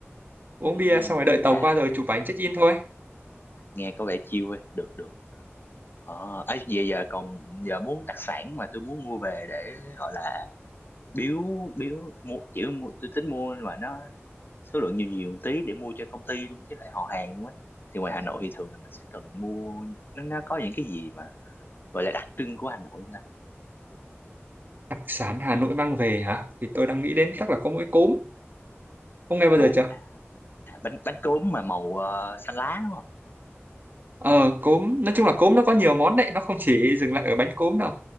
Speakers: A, on the right; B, on the left.
A: uống
B: Ừ,
A: bia xong rồi đợi
B: dạ,
A: tàu qua rồi chụp ảnh check in thôi
B: nghe có vẻ chill ấy. Được được. Ờ, ấy, giờ giờ còn giờ muốn đặc sản mà tôi muốn mua về để gọi là biếu biếu mua chỉ mua tôi tính mua mà nó số lượng nhiều nhiều một tí để mua cho công ty luôn chứ lại họ hàng luôn á thì ngoài Hà Nội thì thường là mình sẽ cần mua nó nó có những cái gì mà gọi là đặc trưng của Hà Nội không ta
A: đặc sản Hà Nội mang về hả thì tôi đang nghĩ đến
B: ừ,
A: chắc là có mỗi cốm ông nghe bao
B: cốm
A: giờ chưa
B: à, à, bánh bánh cốm mà màu ờ, xanh lá đúng không
A: Ờ, cốm nói chung là cốm nó có
B: đúng
A: nhiều
B: rồi
A: món đấy nó không chỉ dừng lại ở bánh cốm đâu